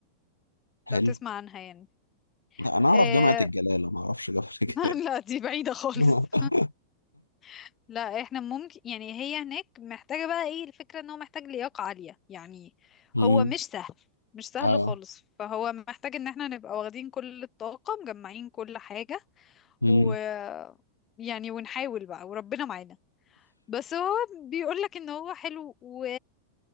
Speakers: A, on the left; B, on the left.
A: حلو
B: لو تسمع عنها يعني
A: لا انا اعرف
B: آه
A: جامعه الجلاله ما اعرفش جامعه الجلاله
B: <laughs> لا دي بعيدة خالص
A: <laughs>
B: <laughs> لا احنا ممكن يعني هي هناك محتاجة بقى ايه الفكرة ان هو محتاج لياقة عالية يعني
A: مم.
B: هو مش سهل مش سهل
A: اه
B: خالص فهو محتاج ان احنا نبقى واخدين كل الطاقة مجمعين كل حاجة
A: مم.
B: و يعني ونحاول بقى وربنا معانا بس هو بيقولك ان هو حلو و